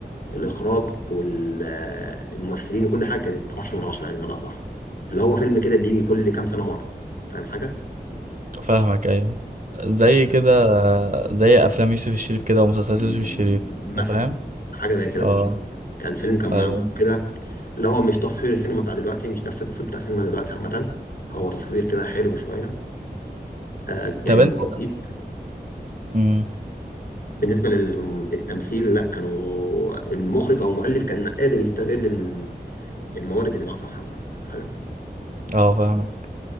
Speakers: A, on the left; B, on the right.
A: الاخراج والممثلين وكل حاجه كانت 10 من 10 يعني بمعنى اصح اللي هو فيلم كده بيجي كل كام سنه مره فاهم حاجه؟
B: فاهمك أيوه زي
A: لا
B: كده زي أفلام يوسف الشريف كده ومسلسلات
A: مم،
B: يوسف الشريف
A: مثلا
B: أنت فاهم؟
A: حاجه زي كده بالظبط
B: اه
A: كان فيلم كان معمول
B: أيوه
A: كده اللي هو مش تصوير السينما بتاع دلوقتي مش نفس التصوير بتاع السينما دلوقتي عامه هو تصوير كده حلو شويه آه، يعني
B: طب أنت
A: جديد
B: مم.
A: بالنسبة للتمثيل لا كانوا المخرج أو المؤلف كان قادر يستغل الم- الموارد اللي معاه صح عامة فاهم حاجة
B: اه فاهمك